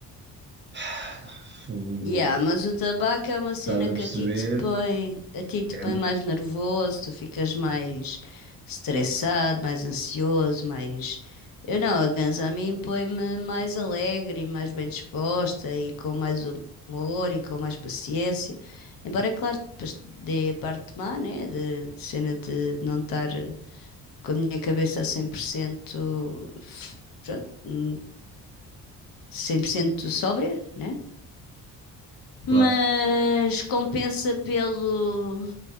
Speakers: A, on the right; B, on the left.
A: <sighs> fu-
B: Yeah, mas o tabaco é uma cena
A: Estás a
B: que
A: perceber?
B: a ti te põe, a ti te
A: É
B: põe mais nervoso, tu ficas mais estressado, mais ansioso, mais. Eu não, a ganza a mim põe-me mais alegre e mais bem disposta e com mais humor e com mais paciência. Embora, claro, depois dê a parte má, né? De, de cena de não estar com a minha cabeça a 100%, f- pronto, hum, 100% sóbria, né? mas
A: claro.
B: compensa pelo,